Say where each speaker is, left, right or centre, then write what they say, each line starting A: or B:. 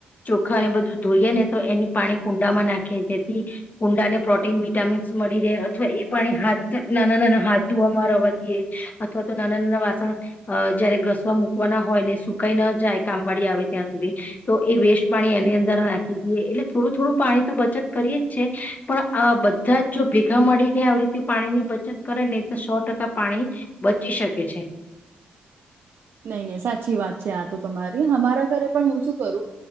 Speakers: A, on the left (about 40°); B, on the right (about 60°).
A: ચોખા એ બધું ધોઈએ ને તો એની પાણી કુંડામાં નાખીએ જેથી કુંડાને પ્રોટીન. વિટામીન્સ મળી રહે. અથવા એ પાણી હાથ નાના નાના હાથ ધોવામાં રવા દઈએ અથવા તો નાના નાના વાસણ જયારે ઘસવા મૂકવાના હોય ને સુકાઈ ના જાય કામબાડીી આવે ત્યાં સુધી. તો એ વેસ્ટ પાણી એની અંદર ના. દએ એટલે થોડું થોડું પાણી તો બચત કરીએે જ છે. પણ આ બ બધા જો ભેગા મળીને આવ રીતે પાણીની બચત કરે. તો સો ટકા પાણી બચી શકે છે.
B: નહી નહી સાચી વાત છે. આ તો તમારી અમારા ઘરે પણ હું શું કરું